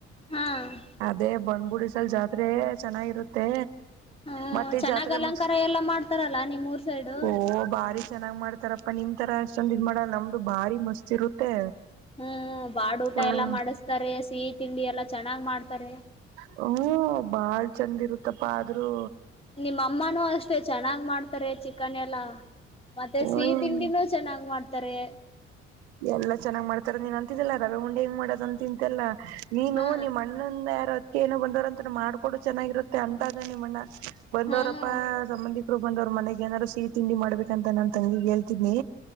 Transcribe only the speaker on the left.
ಹಾ
ಹ್ಮ
ಚೆನ್ನಾಗ್
ಅಲಂಕಾರ
ಎಲ್ಲಾ ಮಾಡ್ತಾರಲ್ಲಾ ನಿಮ್ಮ್ೂರ್ ಸೈಡು
ಹ್ಮ್ ಬಾಡ ಊಟ
ಎಲ್ಲಾ ಮಾಡಿಸತಾರೆ ಸಿಹಿ ತಿಂಡಿ ಎಲ್ಲಾ ಚೆನ್ನಾಗ್ ಮಾಡ್ತಾರೆ
ನಿಮ್ಮ ಅಮ್ಮನೂ ಅಷ್ಟೆ ಚೆನ್ನಾಗ್ ಮಾಡ್ತಾರೆ ಚಿಕನ್ ಎಲ್ಲಾ ಮತ್ತೆ
ಸಿಹ ತಿಂಡಿನೂ ಚೆನ್ನಾಗ್ ಮಾಡ್ತಾರೆ
ಹಾ
ಹ್ಮ್